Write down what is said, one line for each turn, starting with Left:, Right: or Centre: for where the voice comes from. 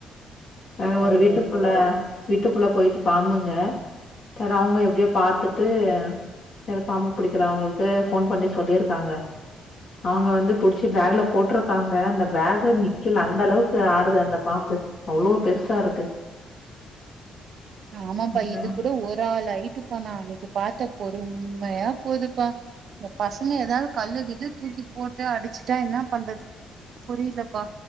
Left: எங்க
Right: ஐயோ
Left: ஒரு வீட்டுக்குள்ள வீட்டுக்குள்ள போயிட்டு பாம்புங்க சர் அவுங்க எப்டியோ பாத்துட்டு சரி பாம்பு புடிக்கிற அவங்களுக்கு போன் பண்ணி சொல்லியிருக்காங்க அவங்க வந்து புடிச்சு பேக்ல போட்ருக்காங்க அந்த பேக் நிக்கல அந்த அளவுக்கு ஆடுது அந்த பாம்பு அவ்ளோ பெருசா இருக்கு
Right: ஆமாப்பா
Left: அடடா.
Right: இது கூட ஒரு ஆள் அயிட்டுப்பா நா அன்னைக்கு பாத்த பொறுமையா போதுப்பா இந்த பசங்க ஏதாவது கல்லு கில்லு தூக்கி போட்டு அடிச்சுட்டா என்ன பண்றது <inaudible> புரியலப்பா